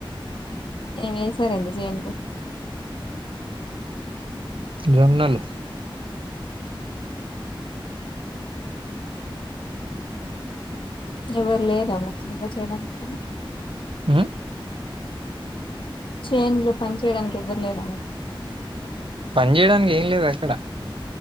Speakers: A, on the left; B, on the right.
A: ఏమి ఏసారండి చేనులో
B: జొన్నలు
A: ఎవరు లేరా మరి చేనులో చేయడానికి పని
B: హ్మ్మ్
A: చేనులో పని చేయడానికి ఎవ్వరు లేరా
B: పని చేయడానికి ఏం లేదు ఎక్కడ